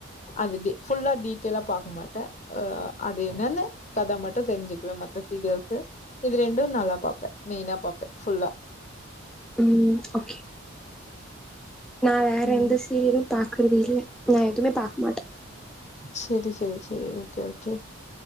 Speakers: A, on the left; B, in the centre.
A: அது டீ ஃபுல்லா டீட்டெய்லா பாக்க மாட்டே ஆ அது என்னன்னு கத மட்டு தெரிஞ்சுக்குவே மத்த சீரியல்ஸ் இது ரெண்டு நல்லா பாப்பே மெய்னா பாப்பே ஃபுல்லா
B: ம் ஓகே நா வேற
A: ம்
B: எந்த சீரியலு பாக்குறது இல்ல நா எதுவுமே பாக்க மாட்டே
A: செரி செரி செரி ஓகே ஓகே